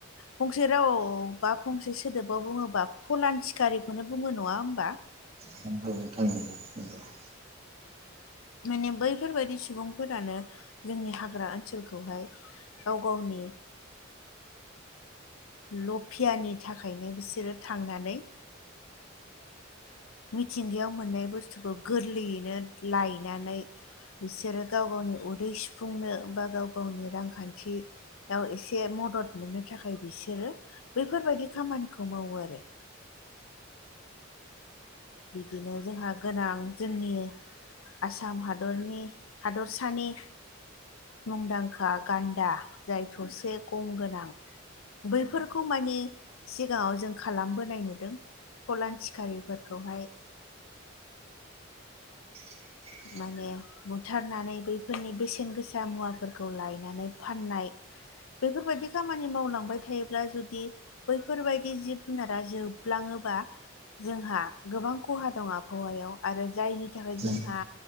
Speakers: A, on the left; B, on the right.
A: फंसे रावाव बा फंसे सोदोबाव बुङोबा फलान सिखारिखौनो बुङो नङा होमबा
B: नंगौ नोंथां नंगौ <inaudible>
A: माने बैफोरबायदि सुबुंफोरानो जोंनि हाग्रा ओनसोलखौहाय गाव गावनि लफियानि थाखायनो बिसोरो थांनानै मिथिंगायाव मोननाय बुस्थुखौ गोरलैयैनो लायनानै बिसोरो गाव गावनि उदै सुफुंनो बा गाव गावनि रांखान्थि याव एसे मदद मोननो थाखाय बिसोरो बैफोरबायदि खामानिखौ मावो आरो बिदिनो जोंहा गोनां जोंनि आसाम हादरनि हादरसानि मुंदांखा गानदा जाय थसे गं गोनां बैफोरखौ
B: औ नंगौ
A: मानि सिगाङाव जों खालामबोनाय नुदों फलान सिखारिफोर फोरखौहाय
B: <inaudible>
A: माने बुथारनानै बैफोरनि बेसेन गोसा मुवाफोरखौ लायनानै फाननाय बेफोरबायदि खामानि मावलांबाय थायोब्ला जुदि बैफोरबायदि जिब जुनारा जोबलाङोबा जोंहा गोबां खहा दं आबहावायाव आरो जायनि थाखाय
B: नंगौ
A: जोंहा